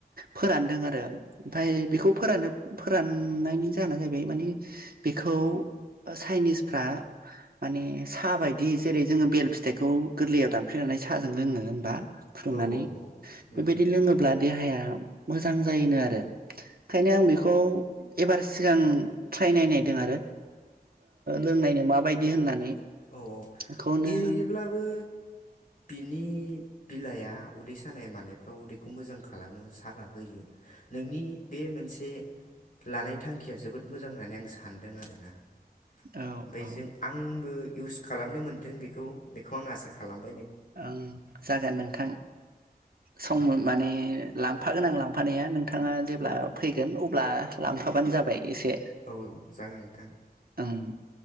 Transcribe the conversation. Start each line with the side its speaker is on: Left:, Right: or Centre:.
Right: फोरानदों आरो ओमफ्राय बेखौ फोरान फोराननायनि जाहोना जाहैबाय माने बेखौ चाइनिस फ्रा माने साहा बायदि जेरै- जोङो बेल फिथाइखौ गोरलैयाव दानप्लेनानै साहाजों लोङो होमबा फुदुंनानै
Left: औ औ नोंथां
Right: बेबायदि लोङोब्ला देहाया मोजां जायोनो आरो। ओंखायनो आं बेखौ एबार सिगां ट्राइ नायनायदों आरो। लोंनायनो माबायदि होननानै
Left: औ औ
Right: बेखौनो
Left: एरैनोब्लाबो बिनि बिलाइआ उदै सानाय मानायफ्राव उदैखौ मोजां खालामो सागा होयो। नोंनि बे मोनसे लानाय थांखिया जोबोद मोजां होननानै आं सानदों आरो ना। ओमफ्राय
Right: औ औ
Left: जों आंबो इउस खालामनो मोन्दों बेखौ बेखौ आं आसा खालामो
Right: ओं जागोन नोंथां। सम मोन माने लांफागोनां लांफानाया नोंथाङा जेब्ला फैगोन अब्ला लांफाबानो जाबाय। एसे
Left: औ जागोन नोंथां।
Right: ओं